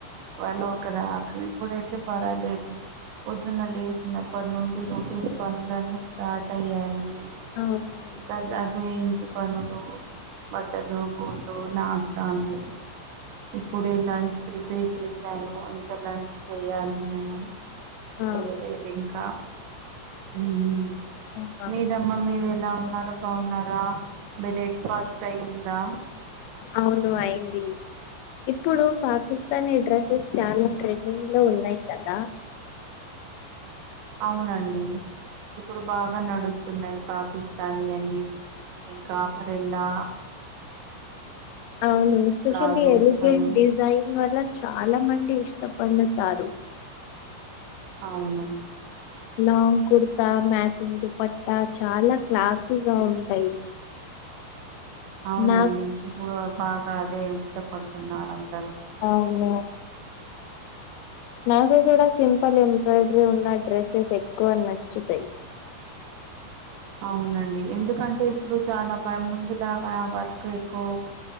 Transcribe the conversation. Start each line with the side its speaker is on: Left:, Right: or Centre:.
Right: వన్ ఒక రాకు ఇప్పుడైతే పర్వాలేదు వ పొద్దున లేచినప్పటి నుండి రొటీన్ పనులన్నీ స్టార్ట్ అయ్యాయి
Left: అవునా
Right: కా అవి ఎంటి పను అంట్లు బట్టలు గుడు నాష్ట నైయి ఇప్పుడే లంచ్ ప్రిపేర్ చేసాను ఇంకా లంచ్ చెయాలి మేము
Left: ఆ
Right: పోలేదు ఇంకా ఉమ్ ఉమ్
Left: ఆహా
Right: మీదమ్మ మీరు ఎలా ఉన్నారు బాగున్నారా బ్రేక్ ఫాస్ట్ అయిందా
Left: అవును అయింది ఇప్పుడు పాకిస్తాన్ ఈ డ్రెస్సెస్ చాల ట్రెండింగ్ లో ఉన్నాయి కదా
Right: అవునండి ఇప్పుడు బాగ నడుస్తున్నాయి పాకిస్తానీ అని ఇంక ఆ పరెండా
Left: అవును ఎస్పెషియల్లీ
Right: ప్లాజోస్
Left: ఎలిగెంట్
Right: అని
Left: డిజైన్ వల్ల చాలా మంది ఇష్టపండుతారు
Right: అవున
Left: లాంగ్ కుర్తా మ్యాచింగ్ దుపట్టా చాల క్లాసుగ ఉంటాయి
Right: అవునండి
Left: నాకు
Right: ఇప్పుడు బాగా అదే ఇష్టపడుతున్నారు అందరు
Left: అవును నాకు కూడా సింపుల్ ఎంబ్రాయిడరీ ఉన్న డ్రెస్సెస్ ఎక్కువ నచ్చుతాయి
Right: అవునండి ఎందుకంటే ఇప్పుడు చాలా పై ముందు లాగా వర్క్ ఎక్ కు